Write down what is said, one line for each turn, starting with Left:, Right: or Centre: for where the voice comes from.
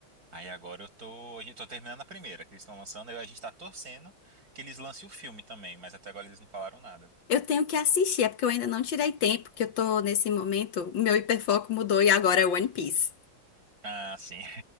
Right: Aí agora eu tô, eu tô terminando a primeira que eles estão lançando, aí a gente tá torcendo que eles lancem o filme também, mas até agora eles não falaram nada.
Left: Eu tenho que assistir, é porque eu ainda não tirei tempo, que eu tô nesse momento, meu hiperfoco mudou e agora é One Piece.
Right: Ah, sim.